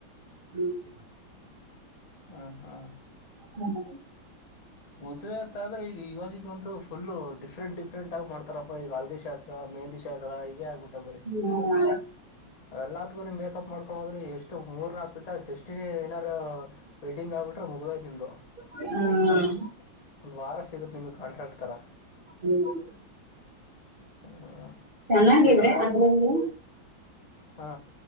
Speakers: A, on the right; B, on the left.
A: ಹ್ಮ್
B: ಹ್ಮ ಹಾ
A: ಹ್ಮ್
B: ಮದ್ವೆ ಅಂತಂದ್ರೆ ಈಗ ಇವಾಗ ಈಗಂತ ಫುಲ್ ಡಿಫ್ರೆಂಟ್ ಡಿಫ್ರೆಂಟ್ ಆಗಿ ಮಾಡ್ತಾರಪ್ಪಾ ಈಗ ಹಳದಿ ಶಾಸ್ಟ್ರ ಮೆಹಂದಿ ಶಸ್ತ್ರ ಇವೇ ಆಗ್ಬಿಟ್ಟ ಬರೀ
A: ಹ್ಮ್
B: ಅವಲ್ಲತ್ಗೂ ಮೇಕಪ್ ಮಾಡ್ಕೊಂಡು ಹದ್ರರು ಎಷ್ಟು ಮೂರ್ ನಾಲ್ಕು ದಿವ್ಸ ಎನ ಏನಾರರು ವೆಡ್ಡಿಂಗ್ ಆಗಿಟ್ರೆ ಮುಗಿದು ಓಯ್ತು ನಿಮ್ದು
A: ಹ್ಮ್
B: ಒಂದ್ ವಾರ ಸಿಗುತ್ತೆ ನಿಮಗ್ ಕಾಟ್ರಾಕ್ಟ್ ತರ
A: ಹ್ಮ್
B: ಹ್ಮ
A: ಚೆನ್ನಾಗಿದ್ರೆ
B: ನೀ ಯಾವರ
A: ಅದ್ರಲ್ಲಿ
B: ಹಾ